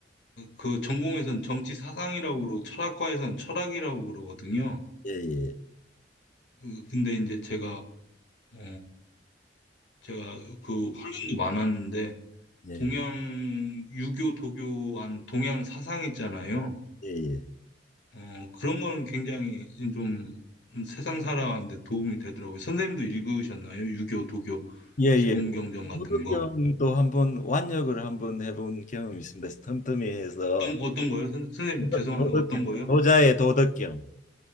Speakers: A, on the left (about 70°); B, on the left (about 45°).
A: 그 전공에선 정치 사상이라고 그러고 철학과에선 철학이라고 그러거든요.
B: 예예
A: 그- 근데 이제 제가 어, 제가 그 훈련도 많았는데
B: 예
A: 동양 유교, 도교한 동양 사상 있잖아요.
B: 예예
A: 어, 그런 거는 굉장히 좀 세상 살아가는데 도움이 되더라고요. 선생님도 읽으셨나요? 유교, 도교,
B: 예예
A: 기본경전 같은
B: 도덕경도
A: 거.
B: 한번 완역을 한번 해본 경험이 있습니다. 틈틈이해서
A: 어떤, 어떤 거요? 선, 생님
B: 도덕,
A: 죄송한데
B: 도덕경
A: 어떤 거요?
B: 도자의 도덕경